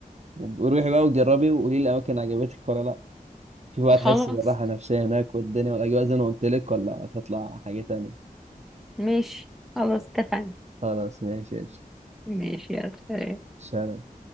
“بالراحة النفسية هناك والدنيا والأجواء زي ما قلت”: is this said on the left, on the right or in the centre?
Right